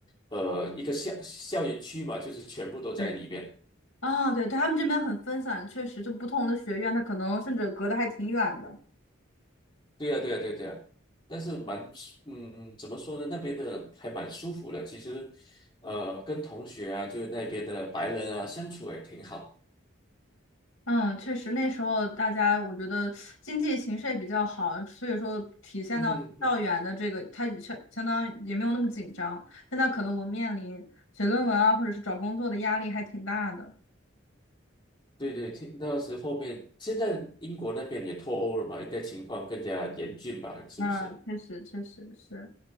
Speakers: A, on the left; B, on the left.
A: 呃一个校校园区嘛，就是全部都在里面。
B: 对。啊，对对，他们这边很分散，确实，就不同的学院，它可能甚至隔得还挺远的。
A: 对呀，对呀，对呀，对呀，但是蛮舒，嗯，怎么说呢？那边的还蛮舒服的。其实，呃，跟同学啊，就是那边的白人啊，相处也挺好。
B: 嗯，确实，那时候大家我觉得经济形势也比较好，所以说体现到校园的这个，
A: 嗯，嗯
B: 它也相相当于也没有那么紧张。现在可能我们面临写论文啊，或者是找工作的压力还挺大的。
A: 对对，听那时后面，现在英国那边也脱欧了嘛，应该情况更加严峻吧？是不是？
B: 啊，确实，确实是